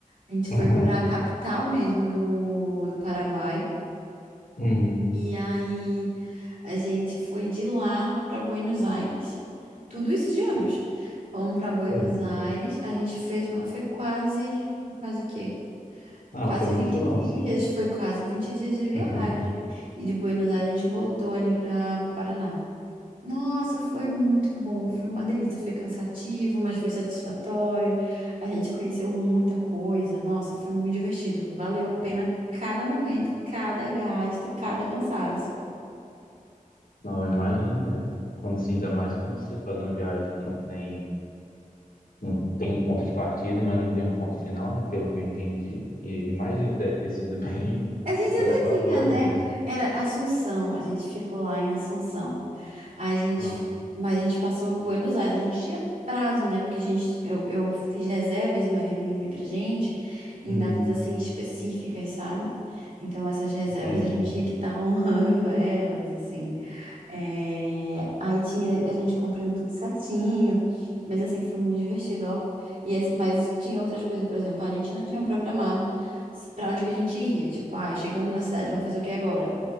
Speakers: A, on the right; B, on the left.
A: A gente
B: <laughs>
A: foi para a capital mesmo do, do Paraguai.
B: Uhum,
A: E aí a gente foi de lá para Buenos Aires. Tudo isso de ônibus. Vamos para Buenos
B: sei.
A: Aires. A gente fez uma. Foi quase. Quase o quê?
B: Ah,
A: Quase
B: foi um
A: 20
B: mochilão,
A: dias.
B: sim.
A: Foi quase 20 dias de viagem.
B: <laughs>
A: E de Buenos Aires a gente voltou ali para o Paraná. Nossa, foi muito bom. Foi uma delícia. Foi cansativo, mas foi satisfatório. A gente conheceu muita coisa. Nossa, foi muito divertido. Valeu a pena cada momento, cada gasto, cada cansaço.
B: Não, eu imagino mesmo. Quando, sim, ainda mais quando você faz uma viagem que não tem, não tem um ponto de partida, mas não tem um ponto final, né? Pelo que eu entendi. E imagino que deve ter sido <laughs> bem
A: A gente
B: satisfatório
A: até tinha, né?
B: mesmo.
A: Era Assunção, a gente ficou lá em Assunção. A gente,
B: Aham.
A: fi- mas a gente passou Buenos Aires, a gente tinha prazo, né? Porque a gente, eu, eu fiz reservas no Airbnb pra gente em
B: Hum,
A: datas assim específicas, sabe? Então essas reservas
B: entendi.
A: a gente tinha que estar <laughs> honrando elas, assim. É, aí tinha a gente cumprindo tudo certinho, mas assim, foi muito divertido, ó. E esse- mas tinha outras coisas, por exemplo, a gente não tinha programado s- pra onde que a gente ia. Tipo, ah, chegamos na cidade, vamos fazer o que agora?